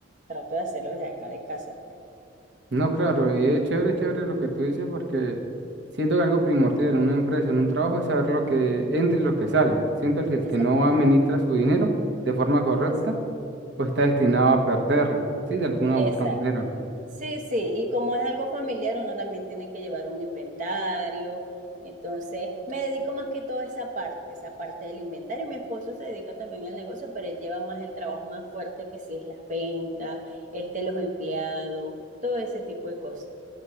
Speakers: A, on the right; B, on the right.
A: trato de hacerlo desde acá de casa, pues.
B: No, claro, y es chévere, chévere lo que tú dices porque siento que algo primordial en una empresa, en un trabajo, es saber lo que entra y lo que sale. Siento que el
A: Exactamente.
B: que no administra su dinero de forma correcta,
A: es-
B: pues está destinado a perderlo, ¿sí? De alguna
A: Exactamente.
B: u otra manera.
A: Sí, sí, y como es algo familiar, uno también tiene que llevar un inventario, entonces me dedico más que todo a esa parte, esa parte del inventario. Mi esposo se dedica también al negocio, pero él lleva más el trabajo más fuerte que si es las ventas, este, los empleados, todo ese tipo de cosas.